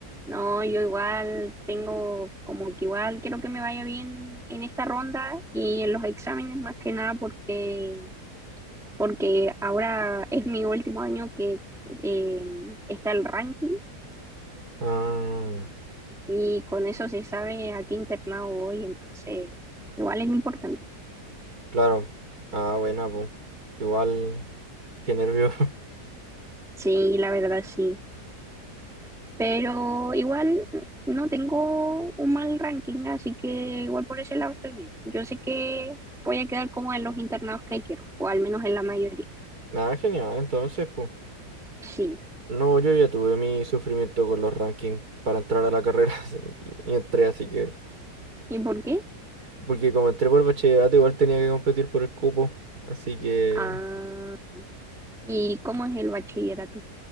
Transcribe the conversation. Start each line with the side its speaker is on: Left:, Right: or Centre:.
Centre: no, yo igual tengo como que igual quiero que me vaya bien en esta ronda y en los exámenes más que nada porque porque ahora es mi último año que eh, está el ranking
Right: Ah,
Centre: y con eso se sabe a qué internado voy, entonces igual es importante.
Right: claro. Ah, buena, pues. Igual, qué nervio.
Centre: Sí, la verdad sí. Pero igual no tengo un mal ranking, así que igual por ese lado estoy bien. Yo sé que voy a quedar como en los internados que quiero, o al menos en la mayoría.
Right: Ah, genial, entonces, pues.
Centre: Sí.
Right: No, yo ya tuve mi sufrimiento con los rankings para entrar a la carrera <laughs> así, y, y entré, así que.
Centre: ¿Y por qué?
Right: Porque como entré por bachillerato, igual tenía que competir por el cupo. Así que.
Centre: Ah, ¿y cómo es el bachillerato?